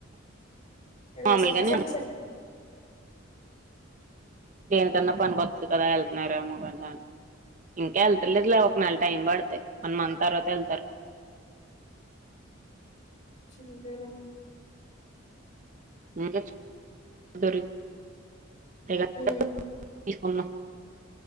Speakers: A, on the left; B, on the right.
A: ఎంఎస్
B: మామూలుగానే
A: ఆఫీస్ ఉంటే సరి
B: దేనికన్నా పనికొస్తు కదా వెళ్తున్నారేమోంట, ఇంకా వెళ్తర్లేదు లే ఒక నెల టైం పడుతే వన్ మంత్ తర్వాత వెళ్తారు.
A: చీన్ ఇందనా,
B: <unintelligible> గాని
A: ఊ
B: తీసుకుందాం